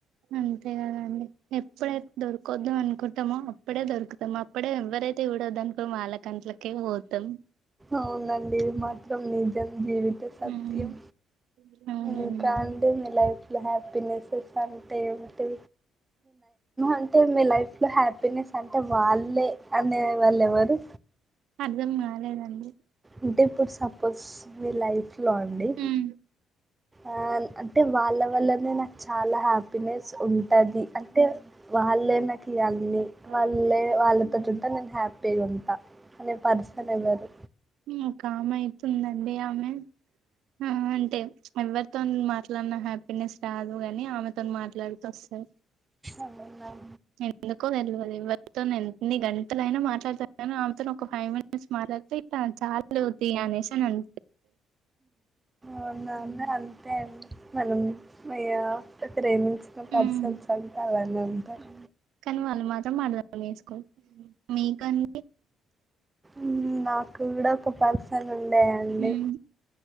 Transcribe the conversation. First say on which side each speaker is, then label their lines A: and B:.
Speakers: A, on the right (about 80°); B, on the right (about 15°).
A: అంతే కదండి ఎప్పుడైతే దొరకదు అనుకుంటామో అప్పుడే దొరుకు అప్పుడే ఎవరైతే కూడ దానుకో మాల గంటలకే పోతాం
B: అవునండి ఇది మాత్రం నిజం జీవిత సత్యం
A: ఉమ్ అవునండి
B: ఇంకా అంటే మీ లైఫ్లో హ్యాపీనెస్సెస్ అంటే ఏమిటి అంటే మీ లైఫ్ లో హ్యాపీనెస్ అంటే వాళ్ళే అనే వాళ్ళు ఎవరు
A: అర్ధం కాలేదండి
B: అంటే ఇప్పుడు సపోజ్ మీ లైఫ్ లో అండి
A: ఉమ్
B: ఆ అంటే వాళ్ళ వల్లనే నాకు చాలా హ్యాపీనెస్ ఉంటది అంటే వాళ్ళే నాకు అన్ని
A: వాళ్ళు
B: వాళ్ళే వాళ్ళతోటి ఉంటే నేను హ్యాపీ అ ఉంటా అనే పర్సన్ ఎవరు
A: ఒక ఆమె అయితుందండి ఆమె ఆ అంటే ఎవరితో మాట్లాడిన హ్యాపీనెస్ రాదు గాని ఆమెతో మాట్లాడితే వస్తది
B: అవునా
A: ఎందుకో తెలవదు ఎవ్వరితో ఎన్ని గంటల అయినా మాట్లాడుతగని అమెతో ఒక ఫైవ్ మినిట్ చి మాట్లాడితే ఇట్లా చాలుతీ అనేసి అనన్
B: అవునా అండి అంతే అండి మల్లున్ మయ్యో ప్రేమించిన
A: హ్మ్
B: పర్సన్స్ అంతా అలానే ఉంటారు
A: కనీ వాళ్ళు మాత్రం అర్థం చేస్కోరు మీకన్
B: ఉమ్ నాకు గుడా ఒక పర్సన్ ఉండే అండి
A: హ్మ్